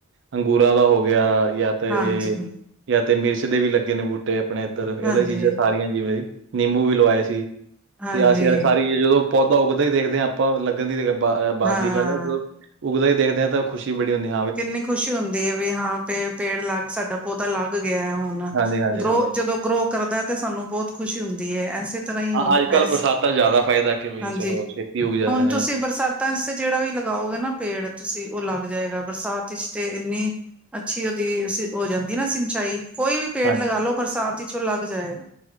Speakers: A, on the right; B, in the centre.
A: ਅੰਗੂਰਾਂ ਦਾ ਹੋ ਗਿਆ ਜਾਂ ਤੇ
B: ਹਾਂਜੀ
A: ਇਹ ਜਾਂ ਤੇ ਮਿਰਚ ਦੇ ਵੀ ਲੱਗੇ ਨੇ ਬੂਟੇ ਆਪਣੇ ਇੱਧਰ ਇਹਦ
B: ਹਾਂਜੀ
A: ਹੀ ਚੀਜ਼ਾਂ ਸਾਰੀਆਂ ਜਿਵੇਂ ਜ ਨਿੰਬੂ ਵੀ ਲਵਾਏ ਸੀ
B: ਹਾਂਜੀ
A: ਤੇ ਅਸੀਂ ਅਜ ਸਾਰੀ ਚੀਜ਼ਾਂ ਤੋ ਪੌਦਾ ਉੱਗਦਾ ਹੀ ਦੇਖਦੇ ਹਾਂ ਆਪਾਂ ਲੱਗਣ ਦੀ ਬਾਹਰ
B: ਹਾਂ
A: ਦੀ ਗੱਲ ਹੈ ਜੋ ਉਗਦਾ ਹੀ ਦੇਖਦੇ ਹਾਂ ਤਾਂ ਉਹ ਖੁਸ਼ੀ ਬੜੀ ਹੁੰਦੀ ਹੈ
B: ਕਿੰਨੀ ਖੁਸ਼ੀ ਹੁੰਦੀ ਹੈ ਵੀ ਹਾਂ ਪੇ ਪੇੜ ਲੱਗ ਸਾਡਾ ਪੌਦਾ ਲੱਗ ਗਿਆ ਹੈ ਹੁਣ
A: ਹਾਂਜੀ, ਹਾਂਜੀ,
B: ਗਰੋ
A: ਹਾਂਜੀ
B: ਜਦੋਂ ਗਰੋ ਕਰਦਾ ਤੇ ਸਾਨੂੰ ਬਹੁਤ ਖੁਸ਼ੀ ਹੁੰਦੀ ਹੈ ਐਸੇ ਤਰ੍ਹਾਂ ਹੀ
A: ਹਾਂ
B: ਹੁ
A: ਅੱਜ ਕੱਲ੍ਹ
B: ਇਸ
A: ਬਰਸਾਤਾਂ 'ਚ ਜ਼ਿਆਦਾ ਫਾਇਦਾ ਕਿ ਵੀ
B: ਹਾਂਜੀ
A: ਚਲੋ ਛੇਤੀ ਉੱਗ ਜਾਂਦੇ
B: ਹੁਣ
A: ਨੇ
B: ਤੁਸੀਂ ਬਰਸਾਤ ਤਾਂ ਇਸ ਤੇ ਜਿਹੜਾ ਵੀ ਲਗਾਓਗੇ ਨਾ ਪੇੜ ਤੁਸੀਂ ਉਹ ਲੱਗ ਜਾਏਗਾ ਬਰਸਾਤ ਵਿੱਚ ਤੇ ਇੰਨੀ ਅੱਛੀ ਉਹਦੀ ਹੋ ਜਾਂਦੀ ਨਾ ਸਿੰਚਾਈ ਕੋਈ ਵੀ ਪੇੜ
A: ਹਾਂਜੀ,
B: ਲਗਾ ਲੋ ਬਰਸਾਤ ਵਿਚ ਓ ਲੱਗ ਜਾਏਗਾ